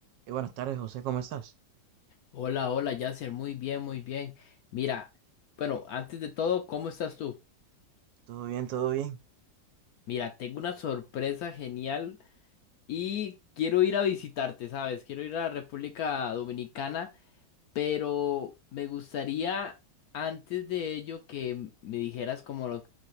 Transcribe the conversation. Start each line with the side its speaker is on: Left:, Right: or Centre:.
Right: Y buenas tardes, José, ¿cómo estás?
Left: Hola, hola, Yasser, muy bien, muy bien. Mira, bueno, antes de todo, ¿cómo estás tú?
Right: Todo bien, todo bien.
Left: Mira, tengo una sorpresa genial y quiero ir a visitarte, ¿sabes? Quiero ir a la República Dominicana, pero me gustaría antes de ello que m- me dijeras como lo,